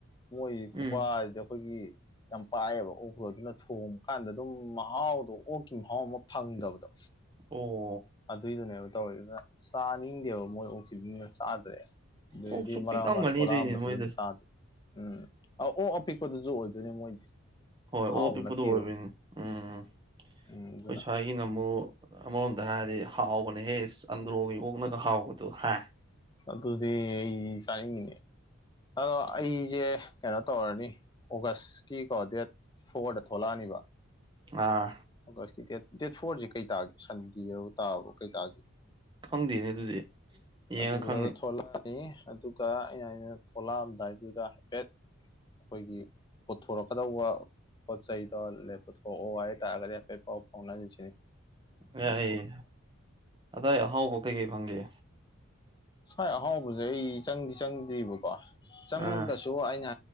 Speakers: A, on the left (about 20°); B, on the right (about 20°).
A: ꯃꯣꯏꯒꯤ ꯈꯨꯄꯥꯖꯤꯗꯤ
B: ꯎꯝ
A: ꯑꯈꯣꯏꯒꯤ ꯌꯥꯝ ꯄꯥꯏꯌꯦꯕ ꯑꯣꯛꯇꯨ ꯑꯗꯨꯅ ꯊꯣꯡꯕ ꯀꯥꯟꯗ ꯑꯗꯨꯝ ꯃꯍꯥꯎꯗꯣ ꯑꯣꯛꯀꯤ ꯃꯍꯥꯎ ꯑꯃ ꯐꯪꯗꯕꯗꯣ
B: ꯑꯣ
A: ꯑꯗꯨꯏꯗꯨꯅꯦꯕ ꯇꯧꯋꯦ ꯑꯗꯨꯅ ꯆꯥꯅꯤꯡꯗꯦꯕ ꯃꯣꯏ ꯑꯣꯛꯁꯤꯗꯨꯅ ꯆꯥꯗ꯭ꯔꯦ꯫ ꯑꯗꯩꯗꯤ
B: ꯑꯣꯛꯁꯨ
A: ꯃꯔꯥꯛ
B: ꯄꯤꯛꯂꯝꯒꯅꯤ
A: ꯑꯃ ꯊꯣꯛꯂꯛ
B: ꯑꯗꯨꯏꯅꯦ
A: ꯑꯝꯕꯁꯨ
B: ꯃꯣꯏꯗꯁꯨ
A: ꯑꯗꯨꯝ ꯆꯥꯗꯦ ꯎꯝ ꯑꯣꯛ ꯑꯄꯤꯛ <unintelligible> ꯄꯗꯨꯁꯨ ꯑꯣꯏꯗꯣꯏꯅꯦ ꯃꯣꯏꯗꯤ꯫
B: ꯍꯣꯏ
A: ꯑꯍꯥꯎꯕ
B: ꯑꯣ ꯑꯄꯤꯛꯄꯗꯨ
A: ꯅꯠꯇꯦꯕ
B: ꯑꯣꯏꯕꯣꯏꯅꯤ ꯎꯝ ꯎꯝ
A: ꯎꯝ ꯑꯗꯨꯅ
B: ꯑꯈꯣꯏ ꯁ꯭ꯋꯥꯏ ꯑꯩ <unintelligible> ꯑꯃꯔꯣꯝꯗ ꯍꯥꯏꯔꯗꯤ ꯍꯥꯎꯕꯅꯦꯍꯦ ꯑꯟꯗ꯭ꯔꯣꯒꯤ ꯑꯣꯛꯅꯒ ꯍꯥꯎꯕꯗꯨ ꯍꯥꯏ
A: ꯑꯗꯨꯗꯤ ꯑꯩ ꯆꯥꯅꯤꯡꯉꯤꯅꯦ꯫ ꯑꯗꯣ ꯑꯩꯁꯦ ꯀꯩꯅꯣ ꯇꯧꯔꯅꯤ ꯑꯣꯒꯁꯀꯤꯀꯣ ꯗꯦꯠ ꯐꯣꯔꯗ ꯊꯣꯛꯂꯛꯑꯅꯤꯕ꯫
B: ꯑꯥ
A: ꯑꯣꯒꯁꯀꯤ ꯗꯦꯠ ꯗꯦꯠ ꯐꯣꯔꯁꯦ ꯀꯩ ꯇꯥꯒꯦ ꯁꯟꯗꯦ ꯇꯥꯕ꯭ꯔ ꯀꯩ ꯇꯥꯒꯦ꯫
B: ꯈꯪꯗꯦꯅꯦ ꯑꯗꯨꯗꯤ ꯌꯦꯡꯉ
A: ꯑ ꯑꯗꯨꯗ
B: ꯈꯪꯅꯤ
A: ꯊꯣꯛꯂꯛ <unintelligible> ꯑꯗꯨꯒ ꯑꯩꯅ ꯍꯥꯏꯁꯤꯅ ꯊꯣꯛꯂꯛꯑꯝꯗꯥꯏꯗꯨꯗ ꯍꯥꯏꯐꯦꯠ ꯑꯈꯣꯏꯒꯤ ꯄꯨꯊꯣꯔꯛꯀꯗꯧꯕ ꯄꯣꯠ ꯆꯩꯗꯣ ꯄꯨꯊꯣꯛꯑꯣ ꯍꯥꯏꯇꯥꯔꯒꯗꯤ ꯍꯥꯏꯐꯦꯠ ꯄꯥꯎ ꯐꯥꯎꯅꯔꯤꯁꯤꯅꯤ꯫
B: ꯌꯥꯏꯌꯦ ꯑꯗꯥꯏꯋꯥꯏ ꯑꯍꯥꯎꯕ ꯀꯩ-ꯀꯩ ꯐꯪꯒꯦ꯫
A: ꯁꯥꯋꯏ ꯑꯍꯥꯎꯕꯁꯦ ꯑꯩ ꯆꯪꯗꯤ ꯆꯪꯗ꯭ꯔꯤꯕꯀꯣ ꯆꯪꯗꯁꯨ
B: ꯑꯥ
A: ꯁꯣ ꯑꯩꯅ